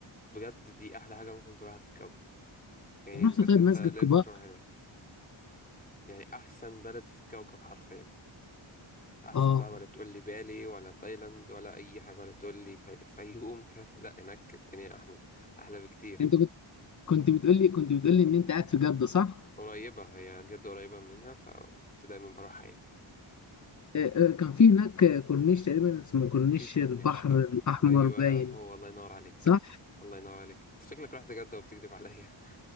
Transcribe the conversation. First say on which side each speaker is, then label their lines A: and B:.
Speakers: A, on the left (about 15°); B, on the left (about 35°).
A: بجد دي احلى حاجة ممكن تروحها في الكوكب يعني
B: رحت
A: بجد
B: طيب
A: انت
B: مسجد
A: لازم
B: قباء
A: تروح هناك يعني احسن بلد في الكوكب حرفيا احسن
B: اه
A: بقى ولا تقول لي بالي ولا تايلاند ولا اي حاجه ولا تقول لي في- فيوم <laughs> فاهم لا هناك الدنيا احلى احلى بكتير
B: انت كنت كنت بتقول لي كنت بتقول لي ان انت قاعد في جده صح
A: قريبه هي جد قريبه منها فكنت دايما بروحها يعني
B: آه، آه، كان في هناك كورنيش تقريبا اسمه كورنيش
A: في كورنيش
B: البحر
A: اه
B: الاحمر
A: ايوه
B: باين
A: هو الله ينور عليك
B: صح
A: الله ينور عليك انت شكلك رحت جده وبتكذب عليا